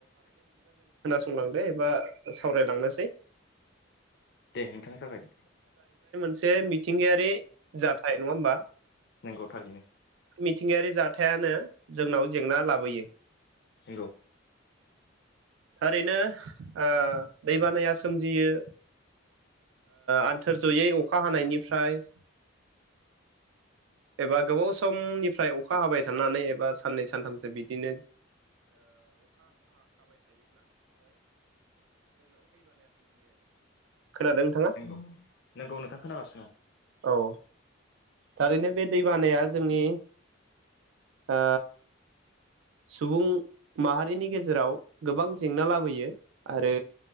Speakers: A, on the right; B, on the left.
A: बुंलांदो एबा सावरायलांनोसै
B: दे नोंथाङा जागायदो
A: सेमि मिथिंगायारि जाथाय नङा होमबा
B: नंगौ थारैनो
A: मिथिंगायारि जाथायानो जोंनाव जेंना लाबोयो
B: नंगौ
A: थारैनो ओ दैबानाया सोमजियो आन्थोर जयै अखा हानायनिफ्राय एबा गोबाव समनिफ्राय अखा हाबाय थानानै एबा साननै सानथामसो बिदिनो खोनादों नोंथाङा
B: नंगौ नंगौ नोंथां खोनागासिनो दङ
A: औ थारैनो बे दैबानाया जोंनि आ सुबुं माहारिनि गेजेराव गोबां जेंना लाबोयो आरो